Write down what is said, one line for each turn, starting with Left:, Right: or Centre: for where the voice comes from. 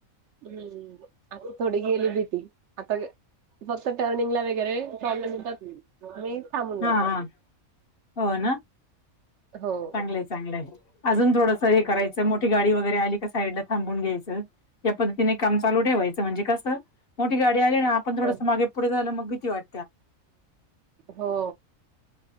Right: हम्म आ थोडी गेली भीती, आता फक्त टर्निंग ला वगैरे, <unintelligible> मी थांबून जातो.
Left: हा हा हो ना,
Right: हो.
Left: चांगलंय चांगलंय, अजून थोडस हे करायचं मोठी गाडी वगैरे आली का साईडला थांबून घ्यायचं. या पद्धतीने काम चालू ठेवायचं. म्हणजे कसं मोठी गाडी आली ना आपण थोडं
Right: हं.
Left: मागे पुढे झालं मग भीती वाट
Right: हो